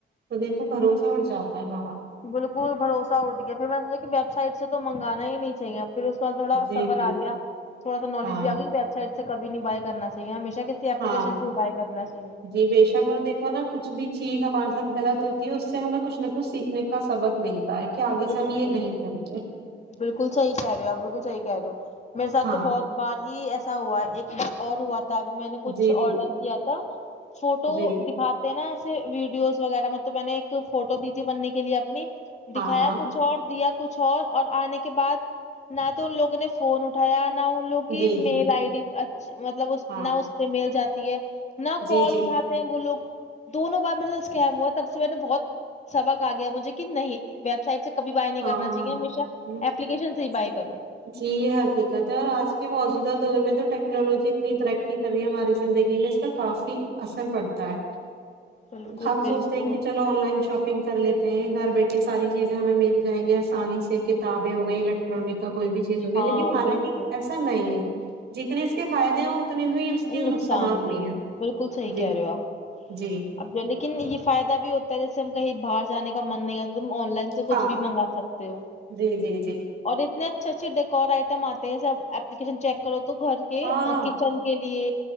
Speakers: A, on the right; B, on the left.
A: تو دیکھو بھروسہ اٹ جاتا ہے ہمارا
B: بالکل بھروسہ اٹھ گیا پھر میں نے سوچا کہ ویب سائٹ سے تو منگانا ہی نہیں چاہیے۔ پھر اس کے بعد تھوڑا
A: جی
B: صبر
A: جی
B: آگیا۔ تھوڑا سا نالج
A: ہاں
B: بھی آ گئی ویب سائٹ۔۔۔ سے کب نہیں بائے کرنا چاہیے۔ ہمیشہ۔۔۔ کسی ایپلیکیشن
A: ہاں۔
B: سے ہی بائی کرنا چاہیے
A: جی بےشک اور دیکھو نا کچھ بھی چیز ہمارے ساتھ غلط۔۔ ہوتی ہے تو اس سے ہمیں کچھ نہ کچھ سیکھنے۔۔۔ کا سبق ملتا ہے کہ آگے
B: بالکل۔
A: سے ہم یہ نہیں کریں گے
B: بالکل صحیح کہہ رہے ہو آپ ۔بالکل صحیح کہہ رہے ہو۔ میرے ساتھ
A: ہاں
B: تو بہت بار ہی ایسا۔۔۔ ہوا ہے ایک بار اور ہوا تھا۔۔۔ تب میں نے کچھ
A: جی جی
B: آڈر کیا تھا۔۔ فوٹو
A: جی
B: دکھاتے ہیں نا۔۔ ویڈیوز وغیرہ مطلب میں نے ایک فوٹو دی تھی بننے کے لیے اپنی۔
A: ہاں
B: دکھایا
A: ہاں
B: کچھ اور دیا ۔۔۔ کچھ اور اور آنے کے بعد نہ تو ان لوگوں نے فون اٹھایا ۔۔۔ نہ ان لوگ کی
A: جی جی
B: میل آئی ڈی ا۔۔۔ مطلب
A: ہاں
B: نہ اس پہ مل جاتی۔۔۔ ہے۔ <inaudible> نہ کال
A: جی جی
B: اٹھاتے ہیں وہ لوگ۔ دونوں بار میرے ساتھ اسکم ہوا۔ تب سے میں نے بہت سبق آ گیا مجھے۔۔۔ کہ نہیں ویب سائٹ سے۔۔ کبھی بائی نہیں
A: ہاں
B: کرنا چاہیے ہمیشہ
A: ۔جی
B: اپلیکیشن سے ہی بائی کرو
A: حقیقت ہے اور آج کے موجودہ دور میں تو۔۔۔۔ ٹیکنالوجی اتنی ترقی کر رہی ہے ہماری زندگی میں اس کا کافی اثر پڑتا ہے۔
B: بالکل
A: ہم
B: بالکل
A: سوچتے ہیں کہ چلو آن لائن شاپنگ۔۔۔ شاپنگ کر لیتے ہیں گھر بیٹھے ساری چیزیں ہمیں مل۔۔ جائیں گی۔ آسانی سے کتابیں ہو گئی۔ الیکٹرانک۔۔۔۔ کا کوئی بھی چیز ہوگیا
B: ہاں
A: ۔لیکن حالانکہ
B: بالکل
A: ایسا نہیں ہے۔ جتنے اس کے فائدے ہیں اتنے ہی اس کے
B: نقصان
A: نقصانات
B: بھی ہے۔
A: ہیں
B: بالکل صحیح
A: جی
B: کہہ رہے ہو آپ ۔اب
A: جی
B: جو لیکن یہ فائدہ بھی ہوتا ہے۔۔۔ جیسے ہم کہیں باہر جانے کا من نہیں ہے۔ تم آن لائن سے کچھ
A: ہاں
B: بھی منگوا سکتے ہو
A: جی جی جی
B: اور اتنے۔۔۔ اچھے اچھے ڈیکور آئٹم آتے ہیں جب اپپلیکین چیک۔۔۔ کرو۔۔۔ تو گھر کے،
A: ہاں
B: کچن کے۔۔۔ لیے،